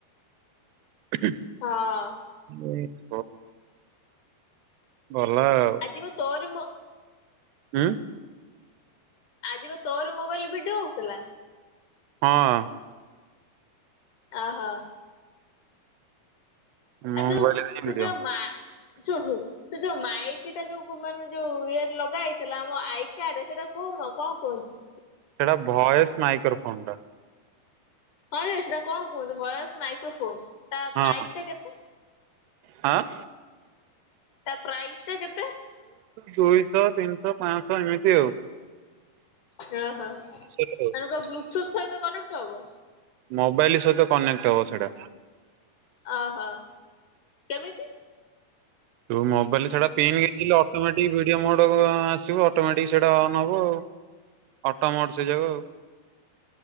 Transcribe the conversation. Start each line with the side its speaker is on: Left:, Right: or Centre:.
Right: <unintelligible>
Left: ହଁ
Right: ହୁଁ। ଭଲ ଆଉ।
Left: ଆଜିିକ ତୋରି ମ
Right: ହୁଁ।
Left: ଆଜିିକ ତୋରି ମୋବାଇଲ୍ ଭିଡ଼ିଓ ହୋଉଥିଲା।
Right: ହଁ।
Left: ଓହୋ।
Right: ମୋ
Left: ଆ ଯୋଉ
Right: ମୋବାଇଲରେ ହିଁ
Left: ତୁ
Right: ଭିଡିଓ
Left: ଯୋଉ ମା ଶୁଂ ଶୁଂ ସେ ଯୋଉ ମାଇକ ଟା ଯୋଉ ମାନେ ଯୋଉ ଇଏ ଲଗା ହେଇଥିଲା ଆମ ଆଇ କାଡ୍ ରେ ସେଇଟା କୋହୁନ କଣ କୁହନ୍ତୁ?
Right: ସେଟା ଭଏସ୍ ମାଇକ୍ରୋଫୋନ୍ ଟା।
Left: ହଁ ଯେ ସେଟା କଣ କୁହନ୍ତୁ ଭୟସ ମାଇକ୍ରୋଫୋନ? ତା
Right: ହଁ
Left: ପ୍ରାଇସ୍ ଟା କେତେ?
Right: ହଁ ଆଁ।
Left: ତା ପ୍ରାଇସ୍ ଟା କେତେ?
Right: ଦୁଇଶହ ତିନିଶହ ପାଁଶହ ଏମିତି ଆଉ।
Left: ଓହୋ।
Right: ସେଇଥିପାଇଁ।
Left: ତାଙ୍କ ବ୍ଲୁଟୁଥ୍ ସହିତ କନେକ୍ଟ ହବ?
Right: ମୋବାଇଲି ସହିତ କନେକ୍ଟ୍ ହବ ସେଇଟା।
Left: ଅହ, କେମିତି?
Right: ତୁ ମୋବାଇଲରେ ସେଟା ପନ୍ ଅଟୋମେଟିକ ଭଡିଓ ମୋଡ ଆସିବ ଅଟୋମେଟିକ ସେଇଟା ଅନ୍ ହବ ଆଉ। ଅଟୋ ମୋଡ୍ ସେଇ ଯାକ ଆଉ।